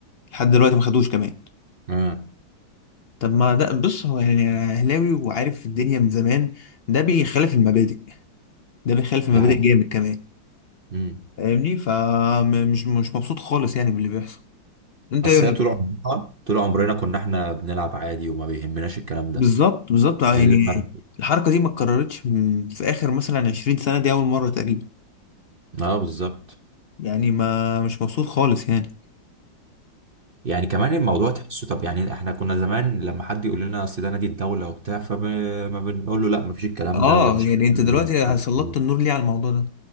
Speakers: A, on the left (about 85°); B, on the right (about 40°).
A: لحد دلوقتي ما خدوش كمان
B: اه
A: طب ما ده بص هو يعني اهلاوي وعارف الدنيا من زمان ده بيخالف المبادئ ده بيخالف
B: ده
A: المبادئ
B: حقيقي
A: جامد كمان
B: امم
A: فاهمني فمش مش مبسوط خالص يعني باللي بيحصل انت
B: بس
A: ايه رأيك؟
B: هي طول عمرنا آه، طول عمرنا كنا احنا بنلعب عادي وما بيهمناش الكلام ده
A: بالظبط بالظبط يعني
B: ايه اللي فرق
A: الحركة دي ما اتكررتش م- في اخر مثلا 20 سنة دي اول مرة تقريبا
B: اه بالظبط
A: يعني ما مش مبسوط خالص يعني
B: يعني كمان الموضوع تحسه طب يعني احنا كنا زمان لما حد يقول لنا اصل ده نادي الدوله وبتاع فما ما بنقول له لا مفيش الكلام
A: اه
B: ده ومش
A: يعني
B: حقيقي
A: انت دلوقتي
B: ومش عارف
A: سلطت
B: ايه
A: النور ليه على الموضوع ده